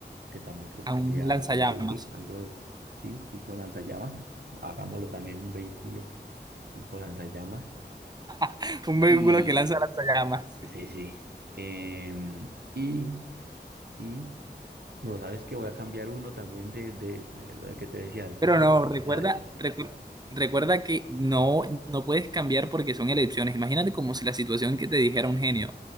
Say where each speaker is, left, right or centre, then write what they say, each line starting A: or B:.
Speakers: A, on the right; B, on the right.
A: que también creo
B: a
A: que sería
B: un lanzallamas.
A: bastante útil, algo, sí, tipo lanzallamas, hagámoslo también un vehículo tipo lanzallamas.
B: <laughs> Un vehículo
A: Y
B: que lanza lanzallamas.
A: Sí, sí. Em, y, y, no, sabes que voy a cambiar uno también de, de, de lo que te decía, el tipo,
B: Pero no, recuerda,
A: la, de-
B: recuerda, recuerda que no, no puedes cambiar porque son elecciones. Imagínate como si la situación que te dijera un genio.